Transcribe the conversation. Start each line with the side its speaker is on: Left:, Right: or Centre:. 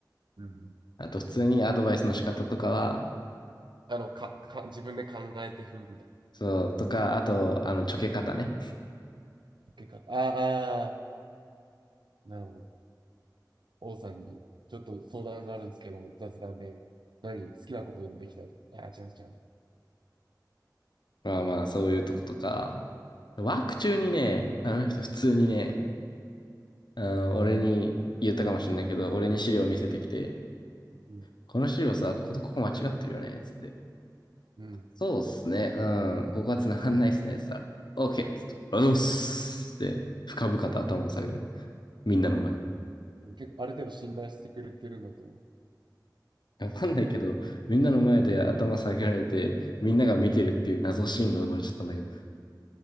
Right: うんうん
Left: あと、普通にアドバイスの仕方とかは、
Right: あの、か、か、自分で考えて風みたいな
Left: そう、とか、あと、あの、ちょけ方ね。
Right: 結果、ああ、あーなるほど。王さんに、ちょっと相談があるんですけど、雑談で、何、好きなことでもできたああー、違う違う。
Left: まあまあ、そういうとことか、ワーク中にね、あの人普通にね、あの、俺に言ったかもしれないけど、俺に資料を見せてきて、
Right: うん。
Left: この資料さ、こことここ間違ってるよね、つって。
Right: うん。
Left: そうっすね、うん、ここは繋がんないっすね、つったら、OK! つって、ありがとうございますって、深々と頭を下げる。みんなの前で。
Right: 結構ある程度信頼してくれてるんだと思う。
Left: わかんないけど、みんなの前で頭下げられて、みんなが見てるっていう謎シーンが生まれちゃったんだけど。